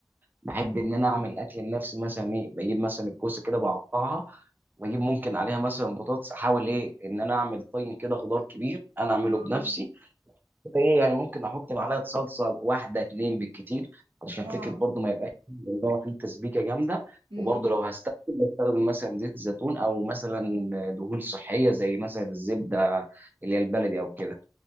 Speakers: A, on the right (about 20°); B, on the right (about 80°).
A: بحب إن أنا أعمل الأكل لنفسي مثلا إيه بجيب مثلا الكوسة كده بقطعها وأجيب ممكن عليها مثلا بطاطس أحاول إيه إن أنا أعمل طين كده خضار كبير أنا أعمله
B: اه
A: بنفسي ايه يعني ممكن احط معلقه صلصه واحده اتنين بالكتير علشان
B: اه
A: فكره برضو ما يبقاش ان هو فيه تسبيكه جامده
B: امم
A: وبرضو لو هستخدم بستخدم مثلا زيت زيتون او مثلا دهون صحيه زي مثلا الزبده اللي هي البلدي او كده